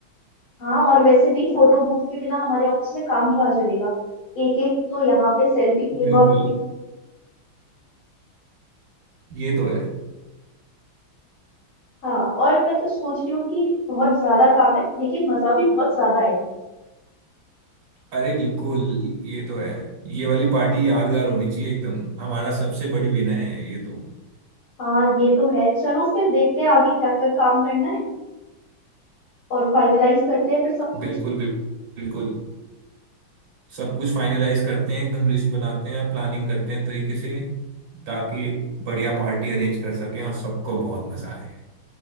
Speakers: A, on the left (about 85°); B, on the right (about 65°).
A: हाँ और वैसे भी फोटो बूथ के बिना हमारे ऑफिस में काम कहाँ चलेगा एक एक तो यहाँ पे सेल्फी किंग
B: बिल्कुल
A: और क्वीन है
B: ये तो है
A: हाँ और मैं तो सोच रही हूँ कि बहुत ज्यादा काम है लेकिन मजा भी बहुत ज्यादा आएगा
B: अरे बिल्कुल ये तो है ये वाली पार्टी यादगार होनी चाहिए एकदम हमारा सबसे बड़ी विनय है ये तो
A: हाँ ये तो है चलो फिर देखते हैं आगे क्या क्या काम करना है और फाइनलाइज करते हैं फिर सब कुछ
B: बिल्कुल बिल- बिल्कुल सब कुछ फाइनलाइज करते हैं एकदम लिस्ट बनाते हैं प्लानिंग करते हैं तरीके से ताकि एक बढ़िया पार्टी अरेंज कर सकें और सबको बहुत मजा आए